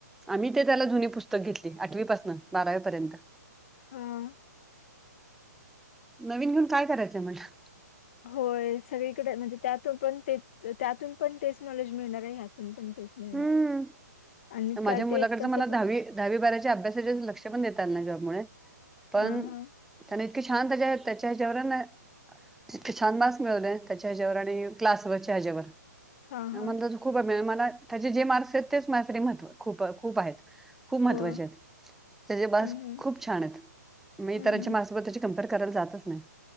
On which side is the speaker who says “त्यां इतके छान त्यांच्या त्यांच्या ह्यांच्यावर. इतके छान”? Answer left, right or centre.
Centre